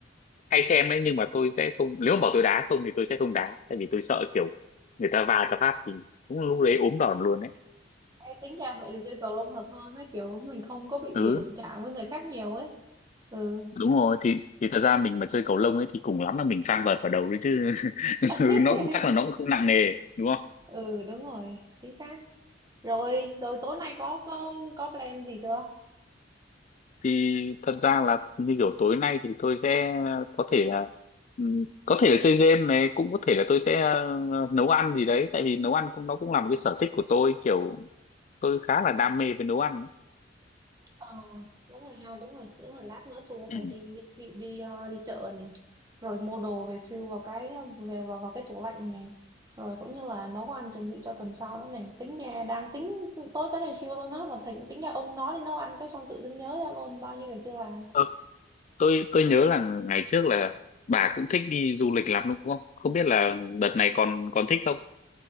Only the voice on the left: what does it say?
hay xem ấy nhưng mà tôi sẽ không nếu mà bảo tôi đá không thì tôi sẽ không đá tại vì tôi sợ kiểu người ta va cho phát thì cũng lúc đấy ốm đòn luôn ấy
ừ
đúng rồi thì thì thật ra mình mà chơi cầu lông ấy thì cùng lắm là mình phang vợt vào đầu đấy chứ <laughs>
nó cũng- chắc là nó cũng không nặng nề đúng không
thì thật ra là như kiểu tối nay thì tôi sẽ có thể là ừm, có thể là chơi game này cũng có thể là tôi sẽ ờ, nấu ăn gì đấy tại vì nấu ăn cũng nó cũng là một cái sở thích của tôi kiểu tôi khá là đam mê với nấu ăn ấy.
ừ.
Ờ, tôi tôi nhớ là ngày trước là bà cũng thích đi du lịch lắm đúng không không biết là đợt này còn còn thích không